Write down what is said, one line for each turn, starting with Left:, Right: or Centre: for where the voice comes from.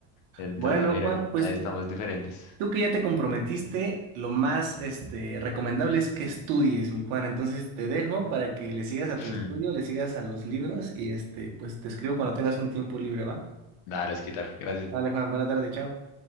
Left: Entonces,
Right: Bueno,
Left: mira,
Right: Juan,
Left: que
Right: pues
Left: ahí estamos diferentes.
Right: tú que ya te comprometiste, lo más este, recomendable es que estudies, mi Juan. Entonces te dejo para que le sigas a
Left: <laughs>
Right: tu estudio, le sigas a los libros y este, pues te escribo cuando tengas un tiempo libre, ¿va?
Left: Nada, los quitar. Gracias.
Right: Vale, Juan, buena tarde, chao.